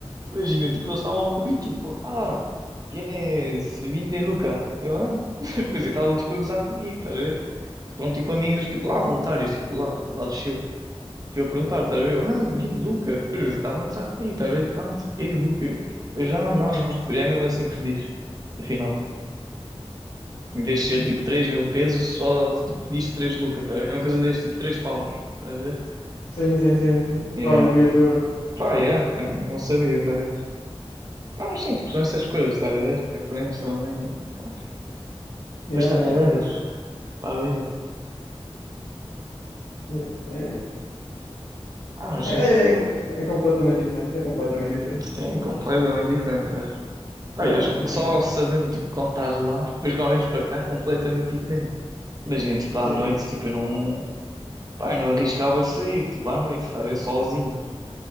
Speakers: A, on the right; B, on the left.
A: Imagina, tipo, eles estavam a pedir, tipo, ah, tienes 20 lucas. Eu, ah? <laughs> Quer dizer, estavam, tipo, a gozar comigo, estás a ver? São, tipo, amigos, tipo, lá, voluntários, tipo, lá, lá do Chile. Tipo, a perguntar, estás a ver? Eu, ah, 20 lucas. Depois, eles estavam a gozar comigo, estás a ver? Tipo, ah, não sei o quê, lucas. Depois, ah, não, não. Depois é mesmo assim que se diz, afinal. Em vez de ser,
B: É.
A: tipo, 3 mil pesos, só, tipo, diz 3 lucas, estás a ver? É uma coisa deste, tipo, 3 paus, estás a ver?
B: Sim, sim, sim, sim. Tipo
A: Yeah.
B: a abreviatura.
A: Pá, yeah, tipo, eu não, não sabia para ver. Pá, mas sim, tipo, são essas coisas, estás a ver? Que aprendes também. e, pá,
B: Yeah,
A: depois também
B: yeah,
A: levas para a vida.
B: yeah. É,
A: Ah, mas
B: é,
A: sim.
B: é, comple- é completamente diferente. É completamente diferente.
A: Sim,
B: É,
A: completamente diferente mesmo. Pá,
B: eu
A: e acho
B: vou assim.
A: que só sabendo, tipo, quando estás lá, depois quando vens para cá, completamente diferente. Imagina, tipo, à
B: Sim.
A: noite, tipo, eu não. Pá, eu não arriscava sair, tipo, à noite, estás a ver? Sozinho.